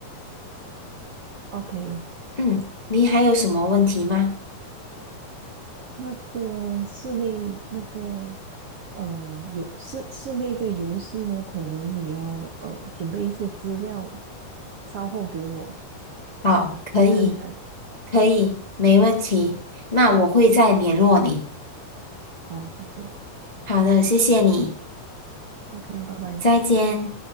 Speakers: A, on the right; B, on the left.
A: ，OK，
B: 嗯，你还有什么问题吗？
A: 那个室内那个呃，有室室内的游戏呢，可能你要呃准备一些资料，稍后给我。
B: 好，
A: 啊，
B: 可以，
A: 再看看。
B: 可以，没问题。那我会再联络你。
A: 好，谢谢。
B: 好的，谢谢你，
A: OK，拜拜。
B: 再见。